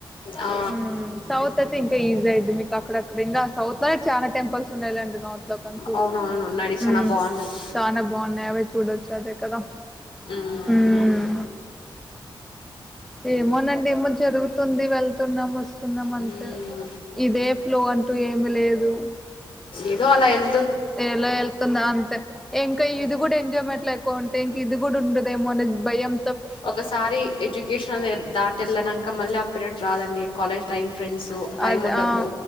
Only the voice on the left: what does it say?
ఆ
అవునవును ఉన్నాడి చాలా
బాగున్నాయి
ఉహ్మ్
మ్మ్
ఎదో అలా ఎల్
ఒకసారి ఎడ్యుకేషన్ దాట వెళ్ళనంక మళ్ళీ ఆ పీరియడ్ రాదండి కాలేజ్ టైమ్ ఫ్రెండ్స్ టైమ్
ఉండదు